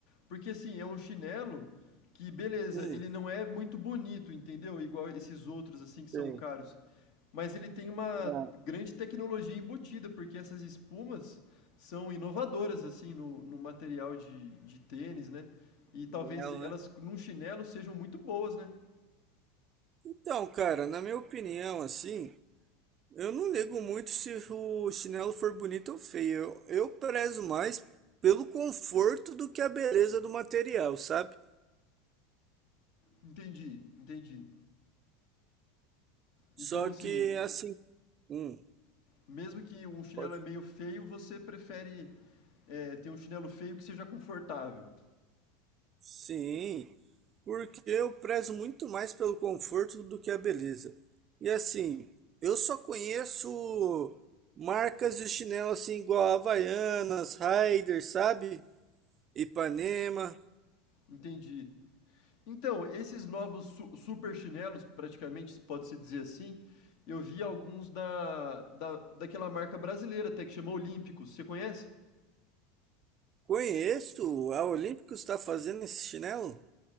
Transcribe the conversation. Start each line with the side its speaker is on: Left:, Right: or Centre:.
Left: Porque assim, é um chinelo que, beleza,
Right: Hum,
Left: ele não é muito bonito, entendeu? Igual esses outros assim que são
Right: tem.
Left: caros. Mas ele tem uma
Right: Ah,
Left: grande tecnologia embutida, porque essas espumas são inovadoras assim no, no material de, de tênis, né? E talvez
Right: chinelo,
Left: elas
Right: né?
Left: num chinelo sejam muito boas, né?
Right: Então, cara, na minha opinião, assim, eu não ligo muito se o chinelo for bonito ou feio. Eu, eu prezo mais pelo conforto do que a beleza do material, sabe?
Left: Entendi, entendi.
Right: Só
Left: Então, assim,
Right: que assim, hum,
Left: mesmo que um chinelo
Right: pode,
Left: é meio feio, você prefere é, ter um chinelo feio que seja confortável.
Right: sim, porque eu prezo muito mais pelo conforto do que a beleza. E assim, eu só conheço marcas de chinelo assim igual Havaianas, Rider, sabe? Ipanema.
Left: Entendi. Então, esses novos su super chinelos, praticamente, pode-se dizer assim, eu vi alguns da, da, daquela marca brasileira até que chama Olímpicos. Você conhece?
Right: Conheço, a Olímpicos está fazendo esse chinelo?